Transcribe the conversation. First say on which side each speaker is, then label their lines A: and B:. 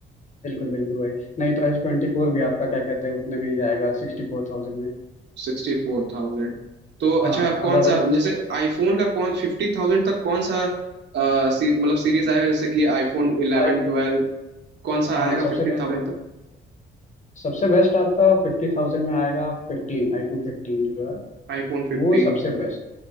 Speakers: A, on the left; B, on the right.
A: बिल्कुल बिल्कुल वही नहीं तो एस ट्वेंटी फोर भी आपका क्या कहते हैं उतने में ही जाएगा सिक्सटी फोर थाउजेंड में
B: Sixty four thousand तो
A: हाँ
B: अच्छा
A: अगर
B: कौन सा
A: और
B: जैसे आईफोन का कौन फिफ्टी थाउजेंड तक कौन सा अ, सी, मतलब सीरीज आएगा जैसे कि आईफोन इलेवन
A: आई-
B: ट्वेल्व कौन सा
A: अ,
B: आएगा
A: सबसे
B: फिफ्टीन
A: बेस्ट
B: थाउजेंड तक
A: सबसे बेस्ट आपका फिफ्टी थाउजेंड में आएगा फिफ्टीन आईफोन फिफ्टीन जो है
B: IPhone fifteen
A: वो सबसे बेस्ट